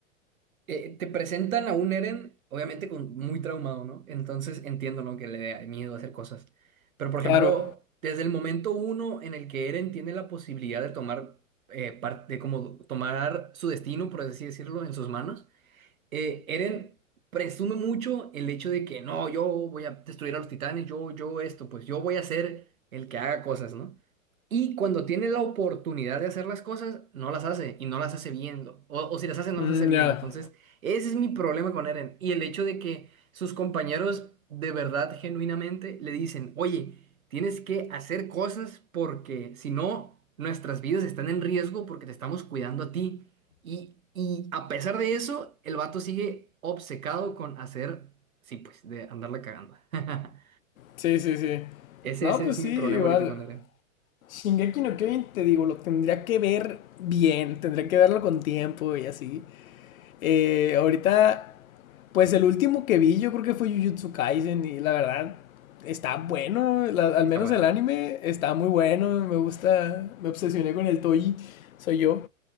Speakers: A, on the right; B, on the left.
A: eh, te presentan a un Eren, obviamente con, muy traumado, ¿no? Entonces entiendo, ¿no? Que le dé miedo hacer cosas. Pero, por ejemplo,
B: Claro,
A: desde el momento uno en el que Eren tiene la posibilidad de tomar, eh, parte, como tomar su destino, por así decirlo, en sus manos, eh, Eren presume mucho el hecho de que no, yo voy a destruir a los titanes, yo, yo esto, pues yo voy a ser el que haga cosas, ¿no? Y cuando tiene la oportunidad de hacer las cosas, no las hace y no las hace bien, o, o si las hace, no
B: Mm,
A: las hace bien.
B: ya.
A: Entonces, ese es mi problema con Eren. Y el hecho de que sus compañeros de verdad, genuinamente, le dicen, oye, tienes que hacer cosas porque si no, nuestras vidas están en riesgo porque te estamos cuidando a ti. Y, y a pesar de eso, el vato sigue obcecado con hacer, sí, pues, de andarla cagando. <laughs>
B: Sí, sí, sí.
A: Ese,
B: No,
A: ese
B: pues
A: es mi
B: sí,
A: problema
B: igual.
A: ahorita con Eren.
B: Shingeki no Kyojin, te digo, lo tendría que ver bien, tendría que verlo con tiempo y así. Eh, ahorita, pues el último que vi yo creo que fue Jujutsu Kaisen y la verdad está bueno, la- al
A: Está
B: menos
A: bueno.
B: el anime está muy bueno, me gusta, me obsesioné con el Toei, soy yo.